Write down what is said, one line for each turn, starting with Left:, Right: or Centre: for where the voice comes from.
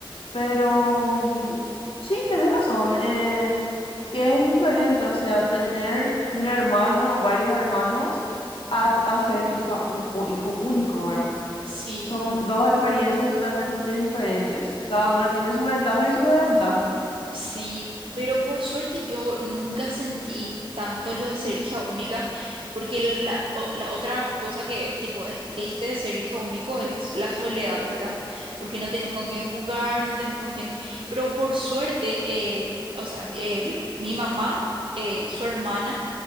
Left: pero mm, sí, tenés razón. eh, que es diferente, o sea, tener un hermano o varios hermanos a, t- a ser hija u- o hijo único, ¿verdad?
Right: sí.
Left: Son dos experiencias totalmente diferentes y cada una tiene sus ventajas y sus desventajas.
Right: Sí, pero por suerte yo nunca sentí tanto lo de ser hija única, porque la, o- la otra cosa que tipo es triste de ser hija único es la soledad, ¿verdad? Porque no tenés con quién jugar, no tenés con quién... Pero por suerte, eh, o sea, el- mi mamá, eh, su hermana,